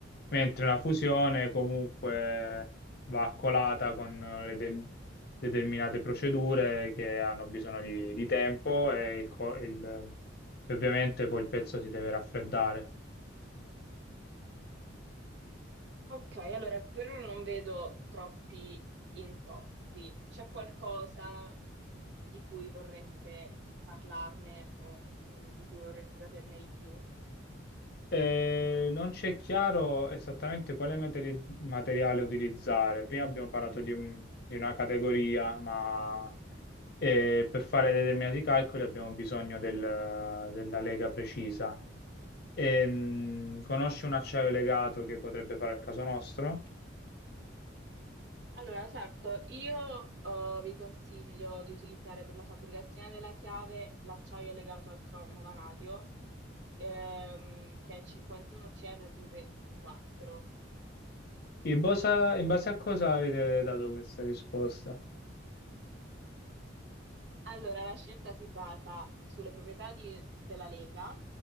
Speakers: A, on the left (about 55°); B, on the right (about 60°).
A: mentre la fusione comunque va accolata con le de- determinate procedure che hanno bisogno di, di tempo e il co- il- ovviamente poi il pezzo si deve raffreddare.
B: Ok, allora per ora non vedo troppi intoppi. C'è qualcosa di cui vorreste parlarne o mm, di cui vorreste saperne di più?
A: Eh, non ci è chiaro esattamente quale materi- materiale utilizzare. Prima abbiamo parlato di, un- di una categoria, ma eh, per fare determinati calcoli abbiamo bisogno del- della lega precisa. Ehm, conosci un acciaio legato che potrebbe fare al caso nostro?
B: Allora, certo, io eh, vi consiglio di utilizzare per la fabbricazione della chiave l'acciaio legato al cromo vanadio, ehm, che è 51 CRV4.
A: In base, in base a cosa avete dato questa risposta?
B: Allora, la scelta si basa sulle proprietà di- della lega,